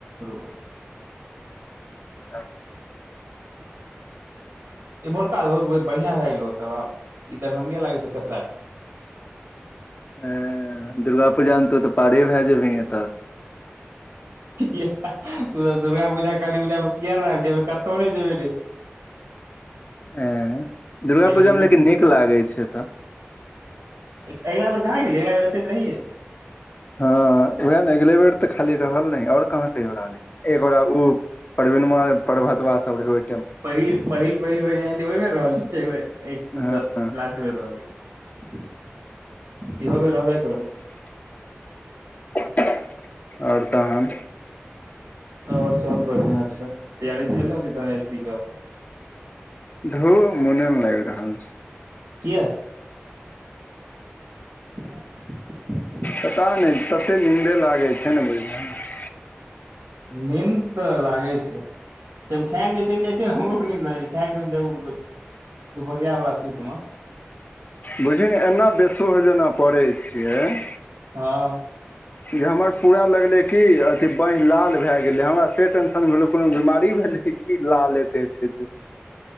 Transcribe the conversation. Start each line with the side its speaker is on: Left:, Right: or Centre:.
Right: रोड
Left: अच्छा <inaudible>
Right: एम्हुरका रोड बै बढ़िया भए गेलै सब आब। ई दरभंगे लागे छै कचरा
Left: ऐं दुर्गा पूजा मे तो तऽ त पारे भै जेभीं एता से
Right: किये हा हा तू तऽ दुर्गा पूजा काली पूजा मे किया लाग जेबै, कत्तो नहि जेबे रे <inaudible>
Left: ऐं
Right: एहिबेर
Left: दुर्गा पूजामे
Right: हिल
Left: लेकिन नीक लागैत छै एतऽ
Right: ए अगला बेर कहाँ गेल, अगला बेर तऽ एत रहिेये
Left: हँ उएह नेगलेवेट तऽ खाली रहल ने आओर कहाँ कहियो रहल एको उ <unintelligible> परवीणवा अ प्रभतवा सब रहबय
Right: पहिल पहिल पहिल बेर ओहि बेर रहल मतलब
Left: रहै हँ
Right: लास्ट <unintelligible> बेर रहलिय, इहो बेर रहबे करबै
Left: <unintelligible> और तहन
Right: और सब बढ़िआ छै। तैयारी चैल रहल छै तऽ एल पी कऽ
Left: धू मोने नै लाइग रहल छै
Right: किया <unintelligible>
Left: पता नहि तते नींन्दे लागै छै न बुझलहो
Right: नींद तऽ लागे छै तब खै केँ चैल जाइ न हमरो निंद लागै जाइ छै खै केँ जहन जेबै मतलब दुपहरिया वाला शिफट मऽ
Left: बुझियौ न एना बेसोह जेना पड़ै छियै। <inaudible>
Right: हँ
Left: जे हमर पूरा लगले की अथी बानहि लाल भए गेले हमरा से टेंशन भेल कोनो बीमारी भेलै की लाल अते छै जे